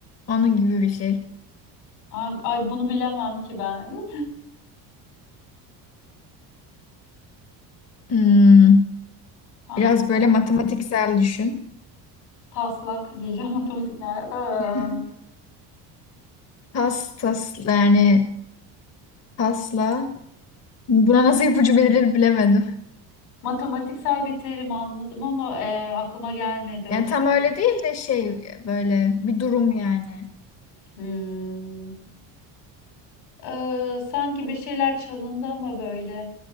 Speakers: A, on the left; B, on the left.
A: Onun gibi bir şey.
B: hang- Ay bunu bilemem ki ben. <laughs>
A: Hmm,
B: Hangi
A: biraz
B: tas?
A: böyle matematiksel düşün.
B: Taslak diyeceğim <laughs> matematik ne alaka?
A: <laughs> Tas tas yani tasla. Buna nasıl ipucu verilir bilemedim.
B: Matematiksel bir terim anladım ama e, aklıma gelmedi açıkçası.
A: Yani tam öyle değil de şey e, böyle bir durum yani.
B: Hmm. Ee, sanki bir şeyler çalındı ama böyle.